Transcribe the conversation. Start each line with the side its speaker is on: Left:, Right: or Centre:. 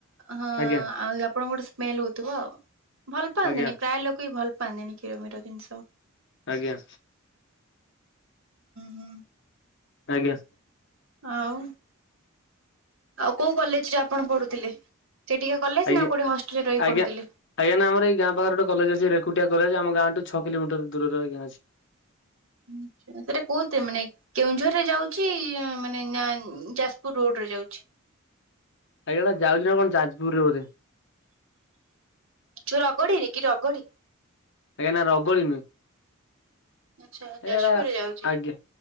Right: ହଁ ଆଉ
Left: ଆଜ୍ଞା
Right: ଆପଣଙ୍କ ଗୋଟେ ସ୍ମେଲ ହଉଥିବ ଆଉ। ଭଲ ପାଆନ୍ତିନି
Left: ଆଜ୍ଞା
Right: ପ୍ରାୟ ଲୋକ ବି ଭଲ ପାଆନ୍ତିନି କ୍ଷୀର ମିର ଜିନିଷ।
Left: ଆଜ୍ଞା।
Right: ହୁଁ
Left: ଆଜ୍ଞା।
Right: ଆଉ ଆଉ କୋଉ କଲେଜରେ ଆପଣ ପଢ଼ୁଥିଲେ? ସେଇଟିକା କଲେଜ
Left: ଆଜ୍ଞା
Right: ନା କୋଉଠି ହଷ୍ଟେଲ ରେ ରହି
Left: ଆଜ୍ଞା
Right: ପଢୁଥିଲେ?
Left: ଆଜ୍ଞା ନା ଆମର ଏଇ ଗାଁ ପାଖରେ ଗୋଟେ କଲେଜ୍ ଅଛି। ରେକୁଟିଆ କଲେଜ୍। ଆମ ଗାଁ ଠୁ ଛ କିଲମଟର ଦୁରରେ ଆଜ୍ଞ ଅଛି।
Right: <unintelligible> କେଉଁଝର ରେ ଯାଉଛି ମାନେ ନା ଯାଜପୁର ରୋଡରେ ଯାଉଛି?
Left: ଆଜ୍ଞା ଯାଉଛି ନା କଣ ଯାପୁରରେ ବୋଧେ।
Right: ଯୋଉ ରଗଡିରେ କି ରଗଡି?
Left: ଆଜ୍ଞା ନା ରଗଳି ନୁ
Right: ଆଚ୍ଛା ଯାଜପୁରରେ
Left: ଏା
Right: ଯାଉଛି।
Left: ଆଜ୍ଞା